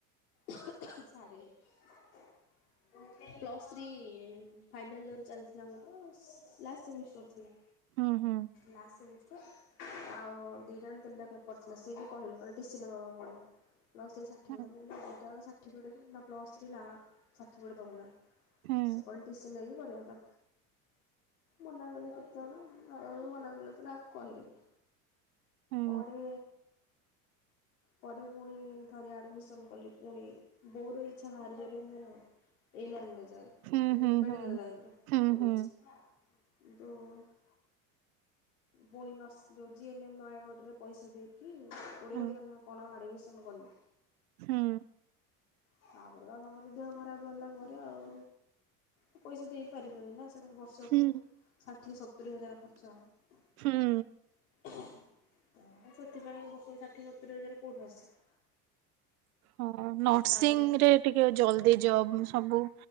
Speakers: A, on the left; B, on the right.
A: ଛାଡିଲେନି <unintelligible> ପ୍ଲସ୍ ଥ୍ରୀ ଫାଇନାଲ୍ ଇୟର ଚାଲିଥିଲା ମୋର ଲାଷ୍ଟ ସେମିଷ୍ଟର ଥିଲା
B: ହୁଁ ହୁଁ
A: ଲାଷ୍ଟ ସେମିଷ୍ଟର ଆଉ ଦିଟା ନା ତିନିଟା ପେପର ଥିଲା ସିଏ ବି କହିଲେ ଟିସି ନେବାକୁ ପଡିବ। ପ୍ଲ ଥ୍ରି ଷାଠିଫିକେଟ୍
B: ହୁଁ
A: ମୁ କଇଲି ଦିଇଟା ଙ୍କ ଶାଠିଫିକେଟ ପ୍ଲସ ଥ୍ରି ନାଁ ଷାଠିଫିକେଟ୍ ଦଉନା
B: ହୁଁ
A: ସେ କହୀଲେ ଟିସି ନେଇକି କରିବତ। ମନା କଲେ କେତେଜଣ ବାବା ବି ମନା କଲେ ଯେତେବଳେ ଆଉ କଲିନି
B: ହୁଁ
A: ପଢି ପରେ ପୁଣି ଥରେ ଆଡ଼ମିସନ୍ କଲେ ପୁଣି ବୋଉର ଇଚ୍ଛା ଭା ଜୋରେ ମୋର ଏଇ ଲାଇନ୍ ରେ ଯାଏ।
B: ହୁଁ ହୁଁ
A: ମେଡ଼ିକଲ ଲାଇନ୍ରରେ।
B: ହୁଁ ହୁଁ ହୁଁ
A: <unintelligible> ପୁଣି ନର୍ସ ଯେଉଁ ଜିଏନ୍ଏମ୍ ନୟାଗଡ଼ରେ ପଇସା ଦେଇକି କୋଡ଼ିଏ
B: ହୁଁ
A: ହଜାର ନା କଣ ଆଡ଼ମିସନ୍ କଲି।
B: ହୁଁ
A: ତାପରେ ବାବାଙ୍କର ଦେହ ଖରାପ ହେଲା ପରେ ଆଉ ତ ପଇସା ଦେଇପାରିବନି ନା। <unintelligible> ବର୍ଷକୁ
B: ହୁଁ
A: ଷାଠିଏ ସତୁରି ହଜାର ଖର୍ଚ୍ଚ ହବ।
B: ହୁଁ
A: ତ ସେଥିପାଇଁ ବର୍ଷ ଷାଠିଏ ସତୁରି ହଜାର କୋଉଠୁ ଆସବ।
B: ହଁ ନର୍ସିଂ
A: ତାପରେ
B: ରେ ଟିକେ ଜଲଦି ଜବ ସବୁ